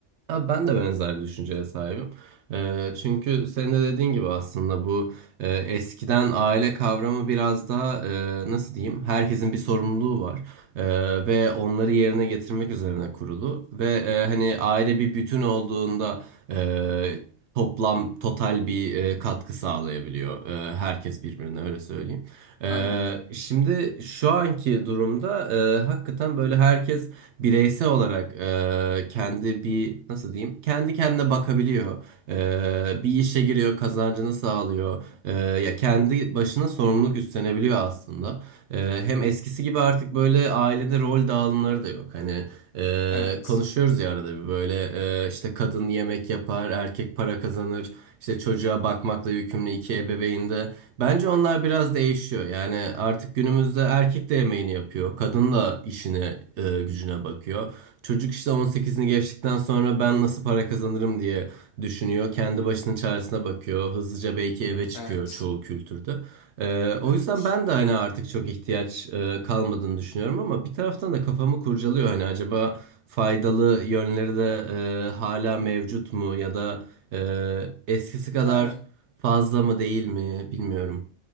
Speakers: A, on the right (about 65°); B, on the left (about 60°).
A: Abi ben de benzer bir düşünceye sahibim. Ee, çünkü senin de dediğin gibi aslında bu e, eskiden aile kavramı biraz daha e, nasıl diyeyim herkesin bir sorumluluğu var E, ve onları yerine getirmek üzerine kurulu ve e, hani aile bir bütün olduğunda e, toplam total bir e, katkı sağlayabiliyor E, herkes birbirine öyle söyleyeyim. Ee,
B: Aynen.
A: şimdi şu anki durumda e, hakikaten böyle herkes bireysel olarak e, kendi bir nasıl diyeyim kendi kendine bakabiliyor. Ee, bir işe giriyor, kazancını sağlıyor. Ee, ya kendi başına sorumluluk üstlenebiliyor aslında. Ee, hem eskisi gibi artık böyle ailede rol dağılımları da yok. Hani e,
B: Evet.
A: konuşuyoruz ya arada bir böyle e, işte kadın yemek yapar, erkek para kazanır. İşte çocuğa bakmakla yükümlü iki ebeveyn de. Bence onlar biraz değişiyor. Yani artık günümüzde erkek de yemeğini yapıyor. Kadın da işine, e, gücüne bakıyor. Çocuk işte 18'ini geçtikten sonra ben nasıl para kazanırım diye düşünüyor. Kendi başının çaresine bakıyor. Hızlıca belki eve çıkıyor
B: Evet.
A: çoğu kültürde. E, o
B: Evet.
A: yüzden ben de hani artık çok ihtiyaç e, kalmadığını düşünüyorum ama bir taraftan da kafamı kurcalıyor. Hani acaba faydalı yönleri de e, hala mevcut mu ya da e, eskisi kadar
B: Abi.
A: Fazla mı değil mi bilmiyorum.